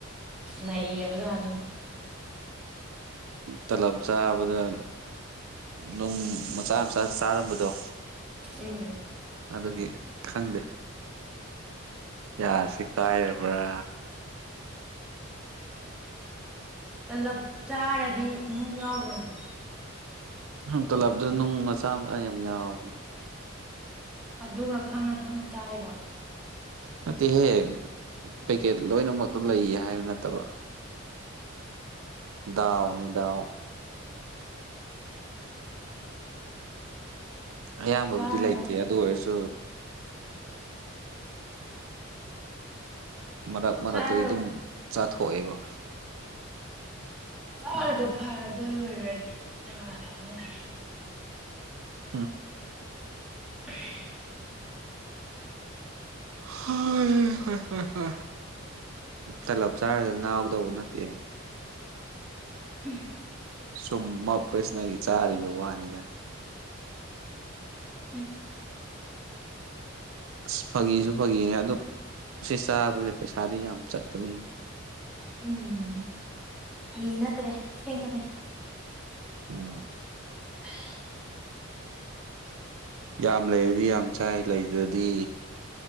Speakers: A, in the centre; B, on the right (about 75°).
A: ꯅꯔꯕꯗꯥꯥꯅꯤ
B: ꯇꯂꯞ ꯆꯥꯕꯗ ꯅꯨꯡ ꯃꯁꯥ ꯃꯁꯥ ꯆꯥꯔꯝꯕ <inaudible> ꯣ
A: ꯎꯝ
B: ꯑꯗꯨꯒꯤ ꯈꯪꯗꯦ ꯌꯥꯁꯦ ꯀꯥꯏꯔꯕ꯭ꯔꯥ
A: ꯇꯂꯞ ꯆꯥꯔꯗꯤ ꯅꯨꯡ ꯌꯥꯎꯔ꯭ꯔꯣꯅꯦ
B: ꯇꯜꯂꯞꯗꯨꯗ ꯅꯨꯡ ꯃꯆꯥ ꯃꯆꯥ ꯌꯥꯝ ꯌꯥꯎꯕꯅꯦ
A: ꯑꯗꯨꯒ ꯈꯪꯅ ꯈꯪꯅ ꯆꯥꯏꯕ
B: ꯅꯠꯇꯦꯍꯦ ꯄꯦꯀꯦꯠ ꯂꯣꯏꯅꯃꯛꯇꯣ ꯂꯩꯌꯦ ꯍꯥꯏꯕ ꯅꯠꯇꯕ ꯗꯥꯎꯅꯤꯗꯥꯎ ꯑꯌꯥꯝꯕꯕꯨꯗꯤ
A: ꯆꯥꯔꯒ
B: ꯂꯩꯇꯦ ꯑꯗꯨ ꯑꯣꯏꯔꯁꯨ ꯃꯔꯛ ꯃꯔꯛꯇꯗꯤ
A: ꯆꯥꯔꯒ
B: ꯑꯗꯨꯝ ꯆꯥꯊꯣꯛꯑꯦꯕ
A: ꯆꯥꯔꯒ ꯐꯔꯗꯣꯏ ꯑꯣꯏꯔꯔꯗꯤ ꯆꯥꯗꯕꯅ ꯐꯩꯌꯦ
B: ꯎꯝ
A: <unintelligible> <inaudible>
B: ꯍ ꯍꯣꯏ ꯍꯣꯏ ꯍ ꯇꯂꯞ ꯆꯥꯔꯒ ꯉꯥꯎꯗꯧꯕ ꯅꯠꯇꯦ
A: ꯎꯝ
B: ꯁꯨꯝ ꯀ꯭ꯔꯤꯁꯅꯒꯤ ꯆꯥꯔꯤꯕ ꯋꯥꯅꯤꯗ
A: ꯎꯝ
B: ꯑꯁ ꯐꯥꯒꯤꯁꯨ ꯐꯥꯒꯤꯅꯦ ꯑꯗꯨꯗ ꯁꯤ ꯆꯥꯕꯁꯦ ꯄꯩꯁꯥꯗꯤ ꯌꯥꯝ ꯆꯠꯄꯅꯦ
A: ꯎꯝ ꯐꯒꯤ ꯅꯠꯇ꯭ꯔꯦ ꯁꯦꯡꯕꯅꯦ
B: ꯎꯝ
A: <unintelligible>
B: ꯌꯥꯝ ꯂꯩꯔꯗꯤ ꯌꯥꯝ ꯆꯥꯏ ꯂꯩꯗ꯭ꯔꯗꯤ